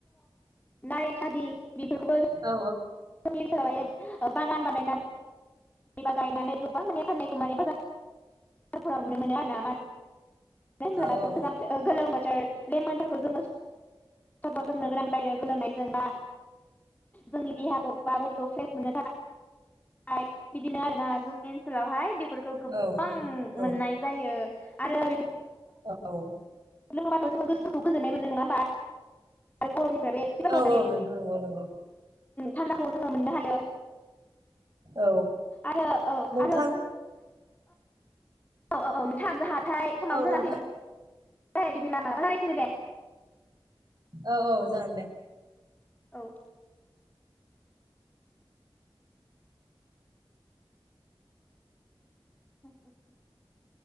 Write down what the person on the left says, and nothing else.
नारें थादि बेफोरखौबो जोंनि
ओनसोलावहाय बागान बानायनानै जेनेबा गायनानै गोबां माने फान्नायखौ मानि बाजार बाजारफोराव नुनो मोनो आरो ना मा जेनबाराथ'
गोजां गोलोम बोथोर लेमोननफोरखौ जोङो सबार लोंनो गोनान बायो गोलोमनायजोंबा जोंनि देहाखौ बा बडिखौ फ्रेस मोननो थाखाय बिदिनो आरो ना जोंनि ओनसोलावहाय बेफोरखौ गोबां
मोननाय जायो आरो
<inaudible> खौ गोजोन्नाय मोनो नंङा होमबा गरमनिफ्रायबो एसेबाबो
माने
थान्दाखौ जोङो मोननो हायो।
आरो औ
आरो औ औ औ नोंथाङानो ज हाथाय साबो
जाना
फैबा द बिदिब्ला मालाबा जालायसिनो दे
औ <inaudible>